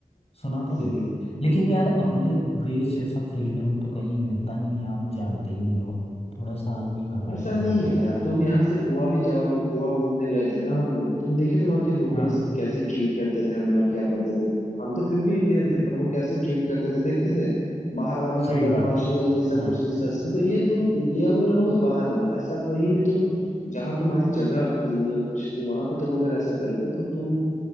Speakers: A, on the left; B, on the left.
A: सुना
B: इसीलिए
A: तो नहीं लेकिन यार अपने देश जैसा फ्रीडम तो कहीं मिलता नहीं है आप जानते ही हो थोड़ा सा आदमी घबराता
B: ऐसा
A: ही
B: नहीं
A: है
B: है
A: यार
B: यार तुम यहाँ से गोवा भी जाओगे गोवा घूमने गए थे ना हम लोग तुम देखे थे वहाँ के लोकल्स
A: हाँ
B: कैसे ट्रीट करते थे हमें और क्या करते थे हम तो फिर भी इंडियन थे
A: हम्म,
B: पर वो कैसे ट्रीट करते थे देखते थे बाहर वालों की
A: सही
B: बदमाशी
A: बात
B: या ये सब
A: हाँ
B: कुछ नहीं सोचते तो ये तुम इंडिया में रहो या बाहर रहो ऐसा कहीं भी तुम जहाँ तुम्हारी जगह अपनी नहीं और कुछ नहीं वहां पे तुम अगर ऐसा करोगे तो तुम